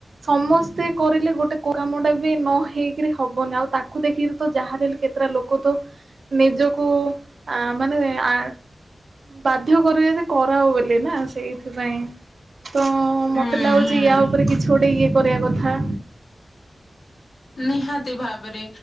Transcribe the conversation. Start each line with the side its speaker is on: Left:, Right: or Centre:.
Right: ସମସ୍ତେ କରିଲେ ଗୋଟେ କଉ କାମ ଟା ବି ନ ହେଇକିରି ହବନି ଆଉ ତାକୁ ଦେଖିକିରି ତ ଯାହା ବି ହେଲେ କେତେଟା ଲୋକ ତ ନିଜକୁ ଆ ମାନେ ଆଁ ବାଧ୍ୟ କରିବେ ଯେ କରାଅ ବୋଲି ନା ସେଇଥିପାଇଁ ତ
Left: ହୁଁ
Right: ମତେ ଲାଗୁଛି
Left: ହୁଁ
Right: ୟା ଉପରେ କିଛି ଗୋଟେ ଇଏ କରିବା କଥା
Left: ନିହାତି ଭାବରେ